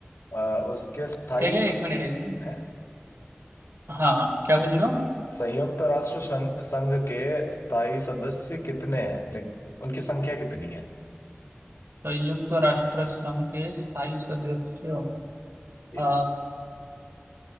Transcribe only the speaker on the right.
ठीक है
एक मिनट एक मिनट
हाँ हाँ क्या पूछ रहे हो
संयुक्त राष्ट्र संघ के स्थायी सदस्य
अ,